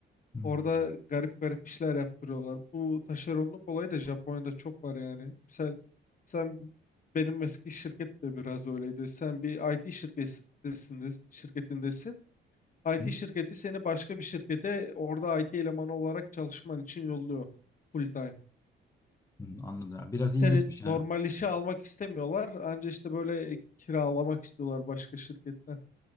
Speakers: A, on the left; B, on the left.
A: hmm,
B: Orada garip garip işler yaptırıyorlar. Bu taşeronluk olayı da Japonya'da çok var yani. Misal sen benim eski şirket de biraz öyleydi. Sen bir IT şirketindesin, şirketindesin. IT
A: hmm,
B: şirketi seni başka bir şirkete orada IT elemanı olarak çalışman için yolluyor full time.
A: hmm, anladım. Ya, biraz
B: senin
A: ilginçmiş yani.
B: normal işi almak istemiyorlar. Anca işte böyle kiralamak istiyorlar başka şirketten.